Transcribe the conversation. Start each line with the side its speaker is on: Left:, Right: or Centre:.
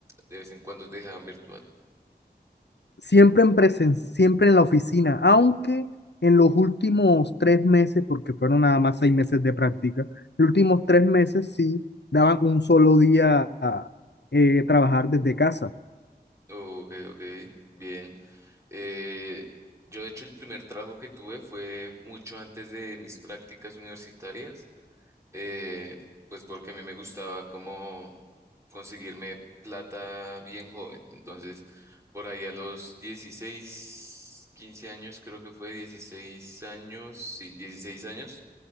Right: de vez en cuando te dejaban virtual?
Left: Siempre en presen, siempre en la oficina, aunque en los últimos tres meses, porque fueron nada más seis meses de práctica, los últimos tres meses sí daban un solo día a eh, trabajar desde casa.
Right: Ok, ok, bien. Eh, yo, de hecho, el primer trabajo que tuve fue mucho antes de mis prácticas universitarias, eh, pues porque a mí me gustaba como conseguirme plata bien joven. Entonces, por ahí a los dieciséis quince años, creo que fue 16 años, sí, 16 años,